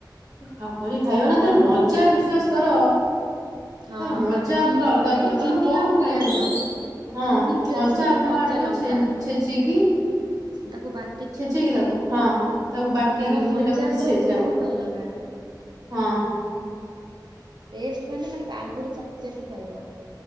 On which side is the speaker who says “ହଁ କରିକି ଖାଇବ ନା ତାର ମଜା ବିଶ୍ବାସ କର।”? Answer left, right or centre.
Right